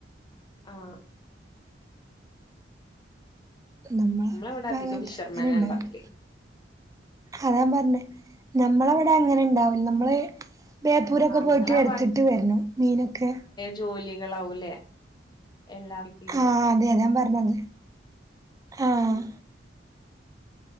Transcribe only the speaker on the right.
നമ്മള
ഭാഗത്ത്
അങ്ങനെ ഉണ്ടാവില്ല
അതാ പറഞ്ഞേ നമ്മളവിടെ അങ്ങനെ ഉണ്ടാവൂ നമ്മള് ബേപ്പൂരൊക്കെ പോയിട്ട്
എടുത്തിട്ട് വരണം മീനൊക്കെ
ആഹ അതെ അതെ ഞാൻ പറഞ്ഞത് ആഹ